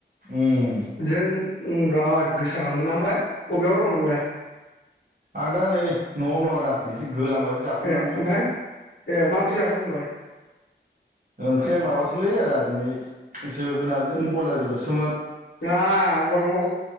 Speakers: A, on the right (about 45°); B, on the left (about 80°).
A: उम
B: जों बिराद गोसाखोना ओमफ्राय बबेयाव दङ नोंलाय
A: आं दा नै न'आवनो दङ आदा एसे गोलांबायबो जाखांनानै
B: ए ओमफ्राय ए मा ओंख्रि जाखोफंबाय
A: ओंख्रिया माबासोलै आदा दिनै जोगोनारजों
B: उम
A: ब्रयलार बेदरसोमोन।
B: आ गरमाव